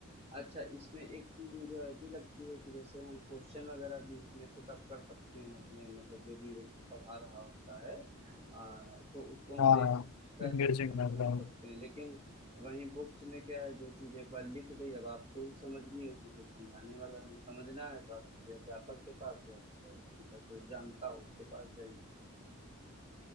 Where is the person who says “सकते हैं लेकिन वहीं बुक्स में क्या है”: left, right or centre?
Right